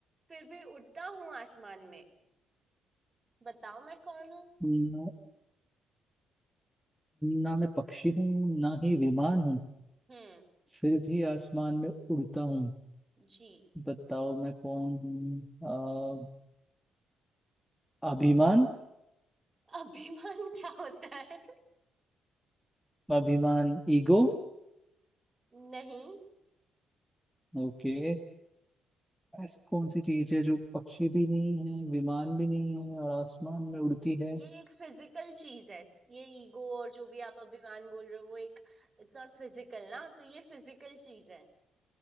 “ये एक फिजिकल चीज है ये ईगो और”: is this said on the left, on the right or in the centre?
Right